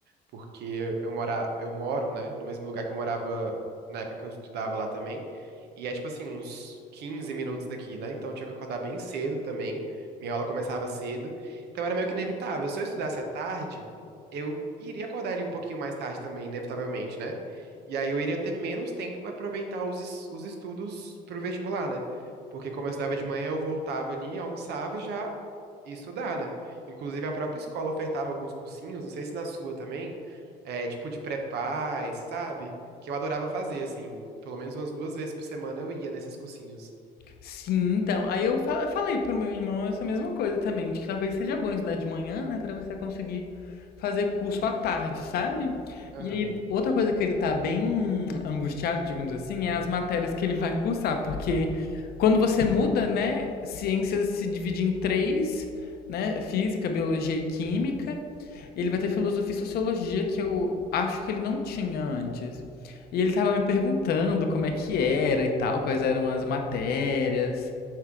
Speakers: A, on the right; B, on the left.
A: porque eu mora, eu moro, né, no mesmo lugar que eu morava na época que eu estudava lá também. E é tipo assim, uns 15 minutos daqui, né? Então eu tinha que acordar bem cedo também. Minha aula começava cedo. Então era meio que inevitável. Se eu estudasse à tarde, eu iria acordar ali um pouquinho mais tarde também, inevitavelmente, né? E aí eu iria ter menos tempo para aproveitar os, es- os estudos pro vestibular, né? Porque como eu estudava de manhã, eu voltava ali, almoçava e já ia estudar, né? Inclusive a própria escola ofertava alguns cursinhos, não sei se na sua também é, tipo de pré-paz, sabe? Que eu adorava fazer, assim. Pelo menos umas duas vezes por semana eu ia nesses cursinhos.
B: Sim, então. Aí eu fa- falei pro meu irmão essa mesma coisa também, de que talvez seja bom estudar de manhã, né, Pra você conseguir fazer curso à tarde, sabe?
A: Aham.
B: E aí, outra coisa que ele tá bem angustiado, digamos assim, é as matérias que ele vai cursar, porque
A: <laughs>
B: quando você muda, né, ciências se divide em três, né, física, biologia e química. Ele vai ter filosofia e sociologia que eu acho que ele não tinha antes. E ele tava me perguntando como é que era e tal, quais eram as matérias.